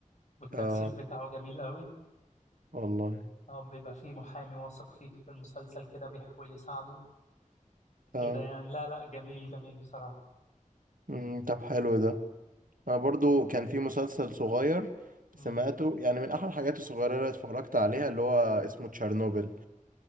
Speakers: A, on the left; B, on the right.
A: والتمثيل
B: اه
A: بتاعه جميل قوي
B: والله
A: هو بيبقى فيه محامي واثق فيه طول المسلسل كده بيحاول يساعده
B: اه
A: كده يعني لا لا جميل جميل بصراحة
B: مم. طب حلو ده انا برضو كان في مسلسل صغير
A: امم
B: سمعته يعني من احد الحاجات الصغيره اللي اتفرجت عليها اللي هو اسمه تشيرنوبل